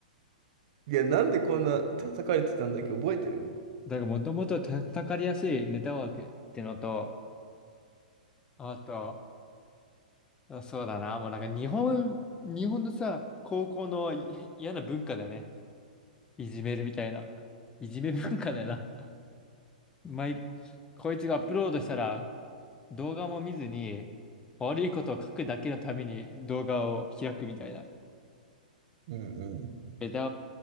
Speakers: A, on the right; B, on the left.
A: いや、なんでこんな叩かれてたんだっけ、覚えてる
B: だからもともと叩かれやすいネタ枠ってのと、あと、あそうだな、もうなんか日本、日本のさ、高校のい嫌な文化だよね。いじめるみたいな。いじめ文化だよな。毎、こいつがアップロードしたら動画も見ずに悪いことを書くだけのために動画を開くみたいな。
A: うんうん。
B: 枝